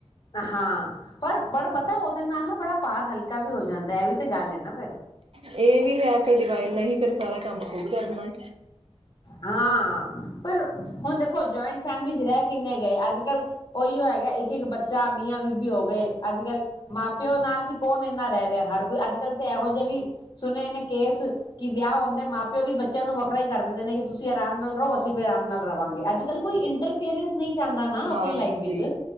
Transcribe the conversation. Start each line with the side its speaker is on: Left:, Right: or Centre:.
Left: ਆ ਹਾਂ। ਪਰ -ਪਰ ਪਤਾ ਉਹਦੇ ਨਾਲ ਨਾ ਬੜਾ ਭਾਰ ਹਲਕਾ ਵੀ ਹੋ ਜਾਂਦਾ, ਇਹ ਵੀ ਤਾਂ ਗੱਲ ਹੈ ਨਾ ਫਿਰ
Right: ਇਹ ਵੀ ਹੈ ਫ ਡਿਵਾਈ ਨਹੀਂ ਹੀ ਫੇਰ ਸਾਰਾ ਕੰਮ ਖੁਦ ਕਰਨਾ।
Left: ਹਾਂ, ਪਰ ਹੁਣ ਦੇਖੋ ਜੁਆਇੰਟ ਫੈਮਲੀ ਚ ਰਹਿ ਕਿੰਨੇ ਗਏ? ਅੱਜ ਕੱਲ ਉਹੀਓ ਹੈਗਾ, ਇੱਕ-ਇੱਕ ਬੱਚਾ ਮੀਆਂ ਬੀਵੀ ਹੋ ਗਏ ਅੱਜ- ਕੱਲ ਮਾਂ ਪਿਓ ਨਾਲ ਵੀ ਕੌਣ ਇੰਨਾ ਰਹਿ ਰਿਹਾ ਹਰ ਕੋਈ ਅੱਜ ਕੱਲ੍ਹ ਤਾਂ ਇਹੋ ਜਿਹਾ ਵੀ ਸੁਣੇ ਨੇ ਕੇਸ ਕਿ ਵਿਆਹ ਹੁੰਦੇ ਮਾਂ-ਪਿਓ ਵੀ ਬੱਚਿਆਂ ਨੂੰ ਵੱਖਰਾ ਹੀ ਕਰ ਦਿੰਦੇ ਨੇ ਕਿ ਤੁਸੀਂ ਆਰਾਮ ਨਾਲ ਰਹੋ। ਅਸੀਂ ਵੀ ਆਰਾਮ ਨਾਲ ਰਵਾਂਗੇ। ਅੱਜ-ਕੱਲ੍ਹ ਕੋਈ ਇੰਟਰਫੇਅਰਸ ਨਹੀਂ ਚਾਹੁੰਦਾ ਨਾ,
Right: ਹਾਂਜੀ।
Left: ਆਪਣੇ ਲਾਈਫ ਵਿੱਚ